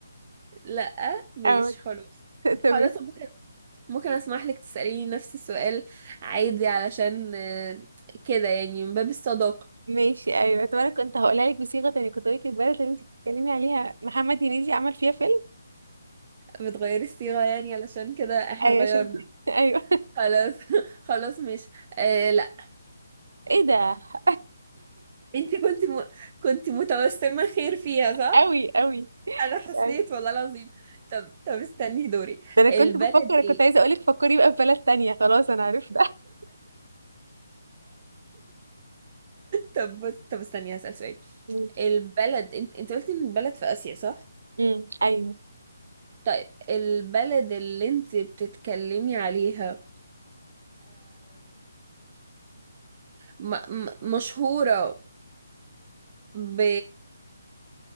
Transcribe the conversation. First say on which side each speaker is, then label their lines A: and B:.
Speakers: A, on the right; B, on the right.
A: لا ماشي
B: أو...
A: خلاص
B: <laughs> تمام
A: خلاص بكرة ممكن اسمح لك تسأليني نفس السؤال عادي علشان آه، كده يعني من باب الصداقة
B: ماشي ايوه طب انا كنت هقولها لك بصيغة تانية كنت هقول لك البلد اللي انت بتتكلمي عليها محمد هنيدي عمل فيها فيلم
A: بتغيري الصيغة يعني علشان كده احنا
B: ايوه
A: غيرنا
B: عشان <laughs> ايوه
A: خلاص <laughs> خلاص مش آه لا
B: ايه ده <laughs>
A: انتي كنت م... كنت متوسمة خير فيها صح؟
B: قوي قوي
A: انا حسيت
B: يعني
A: والله العظيم طب طب استني دوري
B: ده انا كنت
A: البلد
B: بفكر كنت
A: ال...
B: عايزه اقولك فكري بقى في بلد تانية خلاص انا عرفت <laughs>
A: طب بص طب استني هسأل سؤال
B: ماشي
A: البلد انت انت قلتي ان البلد في آسيا صح؟
B: امم ايوه
A: طيب البلد اللي انت بتتكلمي عليها م م مشهورة ب